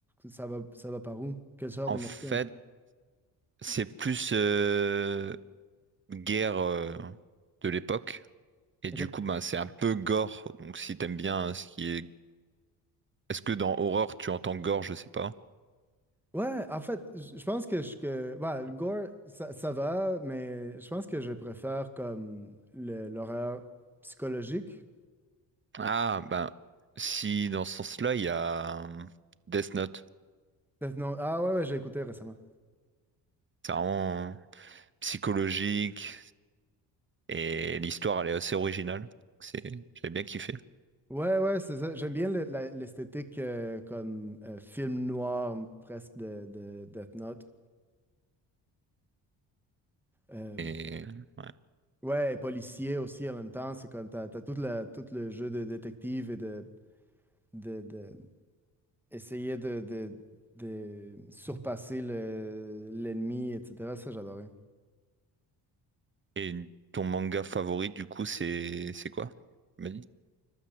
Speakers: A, in the centre; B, on the right.
A: ça va, ça va par où? Quelle sorte
B: En
A: d'émotion?
B: fait, c'est plus euh, guerre euh, de l'époque. Et du
A: Ok.
B: coup, bah, c'est un peu gore. Donc si t'aimes bien hein, ce qui est... Est-ce que dans horreur, tu entends gore? Je sais pas.
A: Ouais, en fait, j- je pense que, je, que ouais, le gore, ça, ça va, mais je pense que je préfère comme le- l'horreur psychologique.
B: Ah, ben, si dans ce sens-là, il y a euh, Death Note.
A: Non, ah ouais, ouais, j'ai écouté récemment.
B: C'est vraiment psychologique et l'histoire, elle est assez originale. C'est... J'avais bien kiffé.
A: Ouais, ouais, c'est ça. J'aime bien le- la- l'esthétique euh, comme euh, film noir presque de, de Death Note. Euh,
B: Et... ouais.
A: ouais, et policier aussi en même temps. C'est comme t'as, t'as toute la, tout le jeu de détective et de, de, de- essayer de, de, de surpasser le, l'ennemi, etc. Ça, j'adorais.
B: Et ton manga favori, du coup, c'est c'est quoi? Tu m'as dit